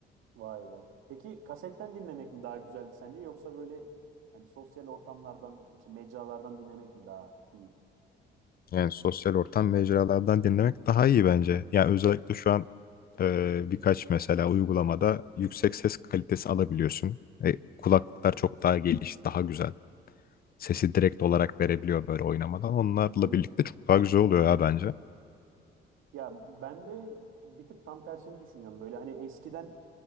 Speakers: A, on the right (about 85°); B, on the left (about 50°).
A: Vay be. Peki kasetten dinlemek mi daha güzeldi sence yoksa böyle hani sosyal ortamlardan, işte mecralardan dinlemek mi daha iyi?
B: Yani sosyal ortam mecralardan dinlemek daha iyi bence. Yani özellikle şu an e, birkaç mesela uygulamada yüksek ses kalitesi alabiliyorsun. E, kulaklıklar çok daha geliş, daha güzel. Sesi direkt olarak verebiliyor böyle oynamadan. Onlarla
A: Hmm.
B: birlikte çok daha güzel oluyor ya bence.
A: Ya ben de bir tık tam tersini düşünüyorum. Böyle hani eskiden